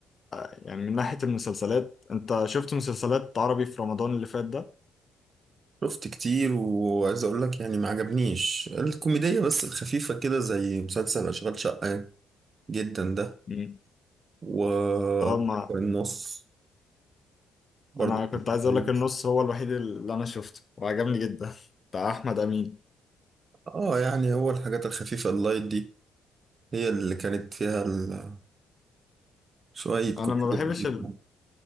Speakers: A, on the left; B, on the right.
A: يعني من ناحية المسلسلات انت شفت مسلسلات عربي في رمضان اللي فات ده؟
B: شفت كتير وعايز اقول لك يعني ما عجبنيش الكوميدية بس الخفيفة كده زي مسلسل اشغال شقة جدا ده
A: مم.
B: و
A: اه ما
B: النص برضه
A: انا
B: كان
A: كنت عايز
B: كويس.
A: اقول لك النص هو الوحيد اللي انا شفته وعجبني جدا <laughs> بتاع احمد امين
B: اه يعني هو الحاجات الخفيفة اللايت دي هي اللي كانت فيها ال- شوية كوميديا
A: انا ما بحبش
B: كتير.
A: ال-